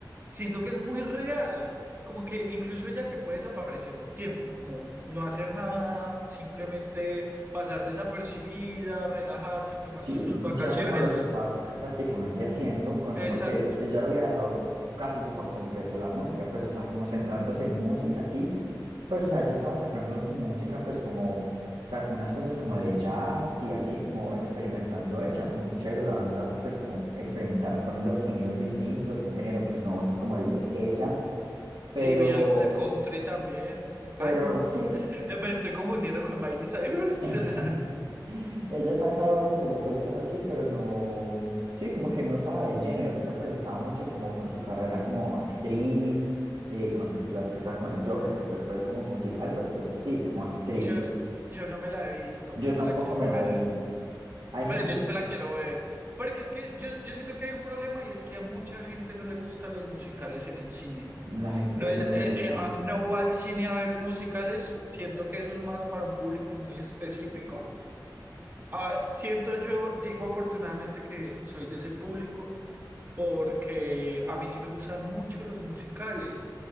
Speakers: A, on the right (about 30°); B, on the right (about 80°).
A: Siento que es muy real, como que incluso ella se puede desaparecer un tiempo, como no hacer nada, simplemente pasar desapercibida, relajarse, tomarse
B: Sí,
A: sus vacaciones.
B: y que era como lo que estaba ca- prácticamente haciendo con,
A: Exacto.
B: porque ella había dejado casi que por completo la música, pues, o sea, como centrándose en música, sí Pues, o sea, ella estaba sacando su música, pues como sacó unas cosas como de jazz y así, como experimentando ella, muy chévere, la verdad, pues como experimentar con los sonidos distintos, un género que no es como el de ella, pero,
A: Sí, vi algo de country también. un po-
B: pero
A: Ay, no,
B: sí,
A: <laughs> me estoy confundiendo con Miley Cyrus.
B: <laughs>
A: <laughs>
B: ella ha sacado, sí, como cositas así, pero no, sí, como que no estaba de lleno y ahorita pues estaba mucho como con su carrera como actriz, eh, con las películas como el Joker, que pues fue como musical, pero pues sí, como actriz
A: Yo, yo no me la he visto,
B: Yo
A: pero
B: tampoco
A: me la quiero
B: me la
A: ver.
B: vi. Hay
A: Pero
B: gente,
A: yo sí
B: que-
A: me la quiero ver. Porque es que yo, yo siento que hay un problema y es que a mucha gente no le gustan los musicales en el cine.
B: la gente
A: No, es-
B: no les
A: eh,
B: gusta.
A: eh, a- no va al cine a ver musicales. Siento que eso es más para un público muy específico. Ah, siento yo, digo afortunadamente que soy de ese público porque a mí sí me gustan mucho los musicales